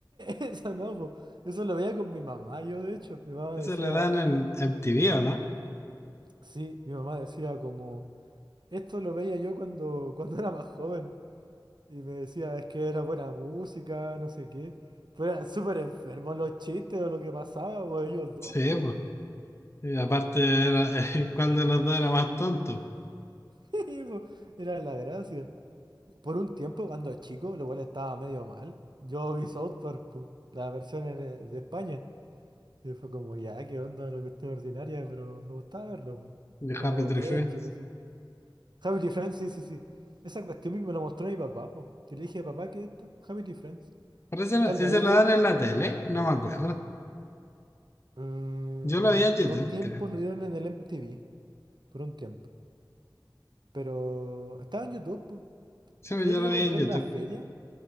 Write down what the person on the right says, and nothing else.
eso no, po. Eso lo veía con mi mamá, yo de hecho. Mi mamá decía,
sí, mi mamá decía como, esto lo veía yo cuando, cuando era más joven. Y me decía, es que era buena música, no sé qué. Pero eran súper enfermos los chistes o lo que pasaba, pues ellos dos,
pues.
<laughs> Y, pues, Era la gracia. Por un tiempo, cuando chico, lo cual estaba medio mal, yo vi South Park, pues, la versión en, eh, de España. Y fue como, ya, qué onda, la cuestión ordinaria, pero me gustaba verlo, pues.
Como
de
Edgy, no sé. Happy Friends, sí, sí, sí. Esa cuestión me la mostró mi papá, pues. Que le dije, papá, ¿qué es esto? Happy Friends.
Tal
vez ahí
que,
Mm,
por un tiempo
lo dieron en el MTV, por un tiempo. Pero estaba en YouTube, po.
Creo
que
yo
compré
en la feria